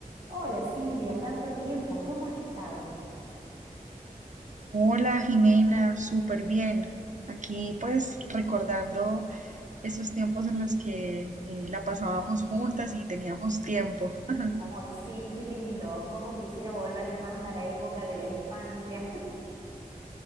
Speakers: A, on the right; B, on the right.
A: Hola Silvia, tanto tiempo, ¿cómo has estado?
B: Hola Jimena, súper bien. Aquí pues recordando esos tiempos en los que eh, la pasábamos juntas y teníamos tiempo. <laughs>
A: Ay, sí, qué lindo. Cómo quisiera volver más a la época de la infancia. <laughs>